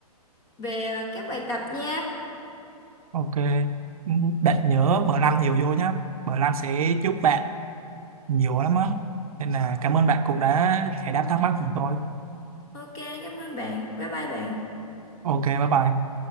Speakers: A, on the left; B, on the right.
A: về à, các bài tập nha.
B: ok Ừ, bạn nhớ bờ lăn nhiều vô nhá bờ lăn sẽ giúp bạn nhiều lắm á nên là cảm ơn bạn cũng đã giải đáp thắc mắc của tôi
A: Ok, cảm ơn bạn. Bye bye bạn.
B: ok bye bye